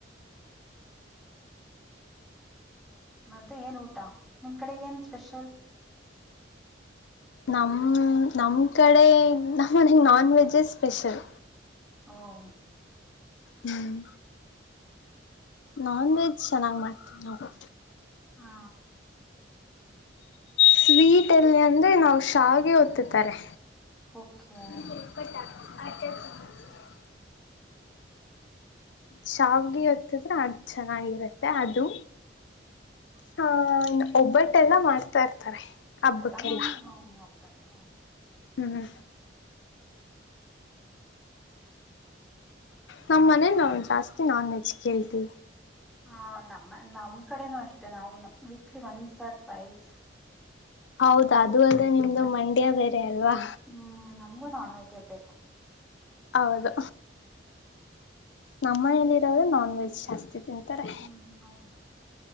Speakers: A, in the centre; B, on the left.
A: ಮತ್ತೆ ಏನ್ ಊಟ ನಿಮ್ ಕಡೆ ಏನ್ ಸ್ಪೆಷಲ್
B: ನಮ್ಮ ನಮ್ ಕಡೆ ನಮ್ಮ ಮನೆಗ್ ನಾನ್ ವೆಜ್ಜೇ ಸ್ಪೆಷಲ್
A: ಹ್ಮ
B: ಹ್ಮ್ ನಾನ್ ವೆಜ್ ಚೆನ್ನಾಗಿ್ ಮಾಡ್ತೀವಿ ನಾವು
A: ಹಾ
B: ಸ್ವೀಟ್ ಎಲ್ಲಿ ಅಂದ್ರೆ ನಾವು ಶೆ ಓದ್ತತಾರೆ
A: ಓಕೆ
B: ನಿ ಹಪಟ್ಟ ಆ <unintelligible> ಚಾವ್ಗೆ ಹೊತ್ತಿದ್ರೆ ಅದು ಚೆನ್ನಾಗಿರತ್ತೆ ಅದು ಹಾ ಒಬ್ಬಟ್ಟೆಲ್ಲ ಮಾಡ್ತಾ ಇರ್ತಾರೆ ಹಬ್ಬಕ್ಕೆಲ್ಲ
A: ಅದೆಲ್ಲ ಮಾ ಅಬಟ್ಟ
B: ಹ್ಮ್್ಮ
A: <inaudible>
B: ನಮ್ಮ ಮನೇ ನಾವು ಜಾಸ್ತಿ ನಾನ್ ವೆಜ್ ಕೇಳ್ತೀವಿ
A: ಹ ನಮ್ಮ ನಮ್ ಕಡೆನುೂ ಅಷ್ಟೆ ನಾವು ವೀಕ್ಲಿ ಒನ್ ಸರ್ಟ್ ವೈಸ್
B: ಹೌದ ಅದು ಅದ ನಿಮ್ದು ಮಂಡ್ಯ ಬೇರೆ ಅಲ್ವಾ
A: ಹ್ಮ್ ನಮ್ಗೂ ನಾನ್ ವೆಜ್ ಇರ್ಬೇಕು
B: ಹೌದು ನಮ್ಮನಲಿ ಇರೋರು ನಾನ್ ವೆಜ್ ಜಾಸ್ತಿ ತಿಂತಾರೆ
A: ಹ್ಮ್ ಹೌದು